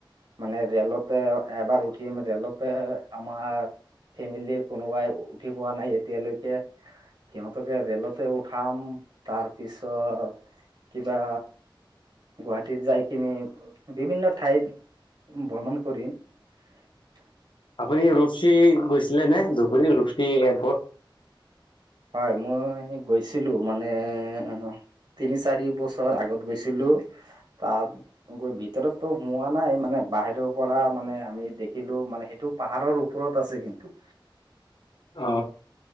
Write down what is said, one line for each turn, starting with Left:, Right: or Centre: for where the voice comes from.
Right: মানে ৰেলতে এবাৰ উঠিম ৰেলতে আমাৰ ফেমিলিৰ কোনোবাই উঠি পোৱা নাই এতিয়ালৈকে সিহঁত কে ৰেলতে উঠাম তাৰপিছত কিবা গুৱাহাটীত যাই কিনি বিভিন্ন ঠাইত ভ্ৰমণ কৰিম। <unintelligible>
Left: আপুনি ৰুপচি গৈছিলে নে ধুবুৰী ৰুপচী এয়াৰপৰ্ট -
Right: হয় মই গৈছিলো মানে, - তিনি, চাৰিবছৰ আগত গৈছিলো। তাত গৈ ভিতৰতো সোমোৱা নাই মানে বাহিৰৰ পৰা মানে আমি দেখিলো মানে সেইটো। পাহাৰৰ ওপৰত আছে কিন্তু
Left: অ